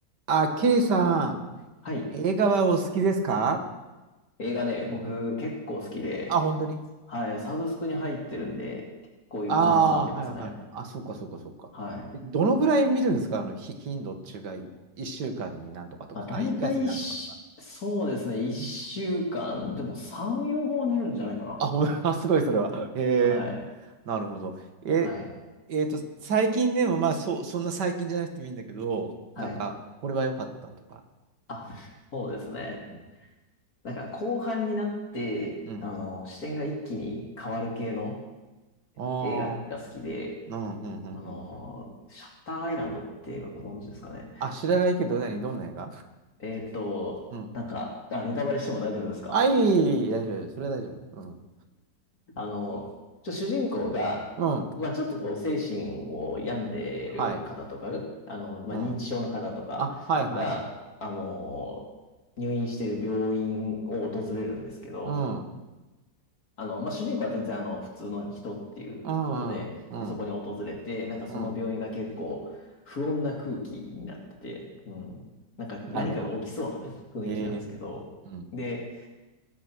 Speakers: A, on the right (about 65°); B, on the left (about 50°).
A: あ、ケイさん、
B: はい。
A: 映画はお好きですか
B: 映画ね、僕結構好きで、
A: あ、本当に
B: はい。サブスクに入ってるんで、結構いろんなやつ見てますね。
A: ああー、はいはいはい。あ、そっかそっかそっか。
B: はい。
A: えどのぐらい見るんですかあの、ひ頻度っていうか、い1週間になんとかとか、
B: まあ、大体し、
A: あ1月になんとかとか。
B: そうですね。一週間、
A: うん。
B: でも3、4本は寝るんじゃないかな。
A: あ、ほん、<laughs> あ、すごいそれは。へえ、
B: はい。
A: なるほど。え、
B: はい。
A: えっと、最近でも、まあそう、そんな最近じゃなくてもいいんだけど、
B: はい。
A: なんか、これは良かったとか。
B: あ、そうですね。
A: うん。
B: なんか後半になって、
A: うん。
B: あの、視点が一気に変わる系の
A: ああ、
B: 映画が好きで、
A: うん、うん、うん、
B: あの、
A: うん。
B: シャッターアイランドって映画ご存知ですかね。
A: あ、知らないけど、何どんな映画
B: えっと、
A: うん。
B: なんか、あ、ネタバレしても大丈夫ですか
A: あ、いい、いい大丈夫、大丈夫それは大丈夫。うん。
B: あの、ちょ主人公が、
A: うん。
B: まあちょっとこう精神を病んでいる方とか、
A: はい。
B: あの、まあ認知症の方とかが、
A: うん。あ、はいはいはい。
B: あの、入院している病院を訪れるんですけど、
A: うん。
B: あの、まあ主人公は全然あの、普通の人っていうことで、
A: うん、うん、うん、
B: そこに訪れて、なんかその病院が結構不穏な空気になってて、
A: うん。
B: うん。なんか何かが起きそうなね、
A: なるほど。
B: 雰囲気なんですけど、
A: ええ。うん。
B: で、